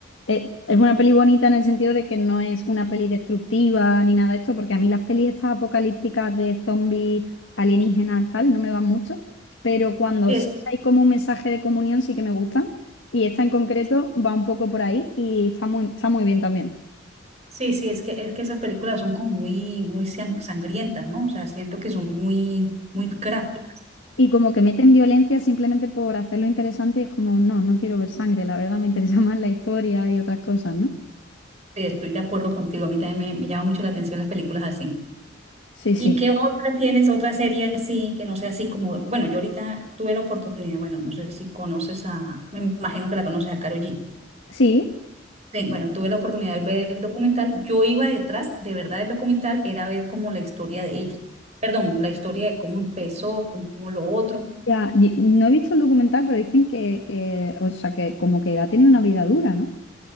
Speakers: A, on the left; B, on the right.
A: eh, es una peli bonita en el sentido de que no es una peli destructiva ni nada de esto, porque a mí las pelis estas apocalípticas de zombies, alienígenas, tal, no me van mucho, pero cuando
B: Sí,
A: sí
B: es.
A: hay como un mensaje de comunión sí que me gustan, y esta en concreto va un poco por ahí y está muy, está muy bien también.
B: Sí, sí, es que, es que esas películas son como muy, muy san- sangrientas, ¿no? O sea, siento que son muy, muy gráficas.
A: Y como que meten violencia simplemente por hacerlo interesante y es como, no, no quiero ver sangre, la verdad me interesa <laughs> más la historia y otras cosas, ¿no?
B: Eh, Estoy de acuerdo contigo, a mí también me, me llama mucho la atención las películas así.
A: Sí,
B: ¿Y
A: sí.
B: qué otra tienes, otra serie así, que no sea así como, bueno, yo ahorita tuve la oportunidad, bueno, no sé si conoces a, me imagino que la conoces a Karol G.
A: Sí,
B: Sí, bueno, tuve la oportunidad de ver el documental. Yo iba detrás, de verdad, del documental era ver como la historia de ella. Perdón, la historia de cómo empezó, cómo lo otro.
A: ya, y- no he visto el documental, pero dicen que, que, o sea, que como que ha tenido una vida dura, ¿no?